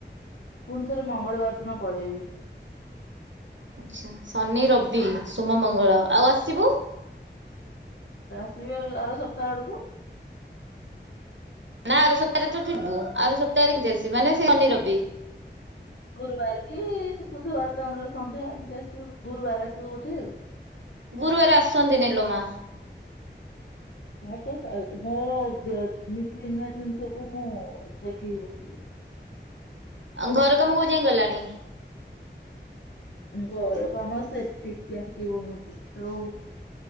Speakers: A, on the left; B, on the right.
A: ପୁଣି ଥରେ ମଙ୍ଗଳବାର ଦିନ ପଳେଇବି।
B: ଆଛା, ଶନି ରବି ସୋମ ମଙ୍ଗଳ ଆଉ ଆସିବୁ।
A: ଆସିବି ଆଉ ଆର ସପ୍ତାହ ଆଡକୁ।
B: ନା ଆଉ ସପ୍ତାହରେ ତ ଥିବୁ ଆଉ ସପ୍ତାହରେ କେମିତି ଆସିବ ମାନେ ସେ ଶନି ରବି।
A: ଗୁରୁବାର କି ବୁଧବାର ଦିନର ସନ୍ଧ୍ୟା ଏମିତି ଆସିବୁ ଗୁରୁବାର ଆସିବୁ ବୋଧେ ଆଉ।
B: ଗୁରୁବାରେ ଆସନ୍ତିନି ଲୋ ମା।
A: ହଁ ତ ମୋର ନିକ ନିିଆ ଜିନିଷକୁ ମୁଁ ଦେଖିକି ବସିବି।
B: ଆଉ ଘର କାମ କୋଉ ଯାଇଁ ଗଲାଣି?
A: ଘର କାମ ସେପ୍ଟିକ ଟ୍ୟାଙ୍କି ବନୁଛି ତଉ।